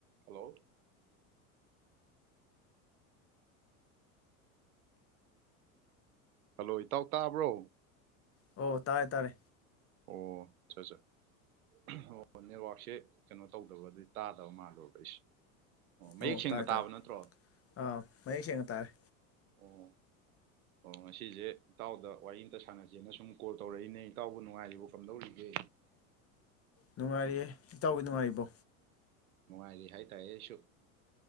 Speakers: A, on the right; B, on the left.
A: hello hello ꯏꯇꯥꯎ ꯇꯥꯕ꯭ꯔꯣ
B: ꯑꯣ ꯇꯥꯔꯦ ꯇꯥꯔꯦ
A: ꯑꯣ ꯆꯠ ꯆꯠ ꯑꯣ ꯅꯦꯠꯋꯥꯛꯁꯦ ꯀꯩꯅꯣ ꯇꯧꯗꯕ ꯑꯗꯨ ꯇꯥꯗꯕ ꯃꯥꯜꯂꯣꯏꯕ ꯑꯩꯁꯦ ꯃꯌꯦꯛ
B: ꯑꯣ
A: ꯁꯦꯡꯅ
B: ꯇꯥꯔꯦ
A: ꯇꯥꯕ
B: ꯇꯥꯔꯦ
A: ꯅꯠꯇ꯭ꯔꯣ
B: ꯑꯥ ꯃꯌꯦꯛ ꯁꯦꯡꯅ ꯇꯥꯔꯦ
A: ꯑꯣ ꯑꯣ ꯉ ꯑꯁꯤꯁꯦ ꯏꯇꯥꯎꯗ ꯋꯥꯔꯤ ꯑꯃꯒ ꯁꯥꯟꯅꯁꯦꯅ ꯁꯨꯝ ꯀꯣꯜ ꯇꯧꯔꯛꯏꯅꯦ ꯏꯇꯥꯎꯕꯨ ꯅꯨꯡꯉꯥꯏꯔꯤꯕ ꯀꯝꯗꯧꯔꯤꯒꯦ
B: ꯅꯨꯡꯉꯥꯏꯔꯤꯌꯦ ꯏꯇꯥꯎꯒꯤ ꯅꯨꯡꯉꯥꯏꯔꯤꯕꯣ
A: ꯅꯨꯡꯉꯥꯏꯔꯤ ꯍꯥꯏꯇꯥꯔꯦ ꯑꯩꯁꯨ